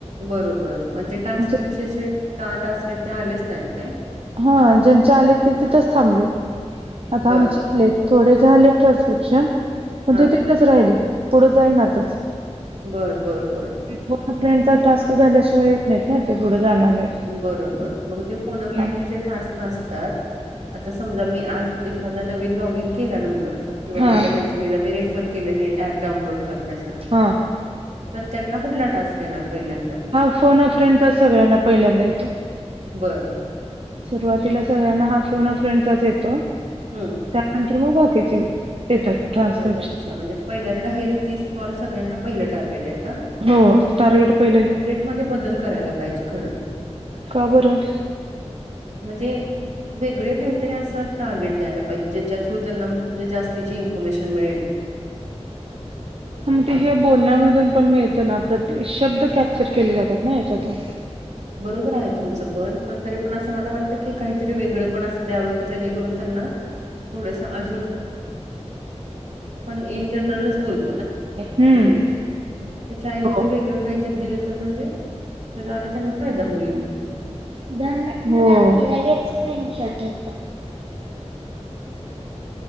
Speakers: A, on the right (about 75°); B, on the right (about 55°).
A: बरोबर मण ते
B: म्हणजे
A: टान्स्क्रिप्शनचे टास्क आहेत ते आलेच नाहीत काय
B: हा ज्यांच्या आलेत तिथंच थांबलेत आता
A: बर
B: आमच्या आलेत थोडे झाले ट्रान्स्क्रिप्शन पण
A: हा
B: ते तिथच राहिले पुढे जाई नातच
A: बर बरं बर
B: को फ्रेंडचा टास्क झाल्याशिवाय येत नाहीत ना ते पुढे जाणार नाहीत
A: बरोबर मग ते पोनफ्रेंडचे
B: हम्म
A: जे टास्क असतात आता समजा मी आज एखादा नवीन लॉग इन केला नंबर किंवा
B: हा
A: माझ्या मा ला मी रेफर केलं हे ऍप डाउनलोड करण्यासाठी
B: हा
A: तर त्यांना कुठला टास्क येणार पहिल्यांदा
B: हा फोन ऑफ फ्रेंड्स सगळ्यांना पहिल्यांदा येतो
A: बरं
B: सुरुवातीला सगळ्यांना हा फोन फ्रंटचाच येतो
A: हम्म
B: त्यानंतर मग बाकी्याचे येतात ट्रान्सफ
A: अच्छा म्हणजे पहिल्यांदा हेच तीस कॉल सगळ्यांना पहिलं टार्गेट आहे का
B: हो टार्गेट पहिलं हे
A: मध्ये बदल करायला पाहिजे खरं
B: का बरं
A: म्हणजे वेगळे काहीतरी अससर दयलाजे थ त्यांना जातिची इन्फर्मेशन मिळेल
B: मग ते हे बोलण्यामधून पण मिळत ना प्रते शब्द कॅप्चर केले जातात ना याच्यातून
A: बरोबर आहे तुमचं पण पण तरी पण असं मला वाटत की काहीतरी वेगळं पण असं द्यावं की जेणेकरून थोडसं अजून इ जनलच बत
B: हम्म
A: त्याच्याऐवजी
B: हो
A: वेगळं काहीतरी दिलं तर म्हणजे जाणे त्यांना फायदा होईल
B: दोन मि लगेच
A: असं
B: स्क्रीनशॉट होतं <unintelligible>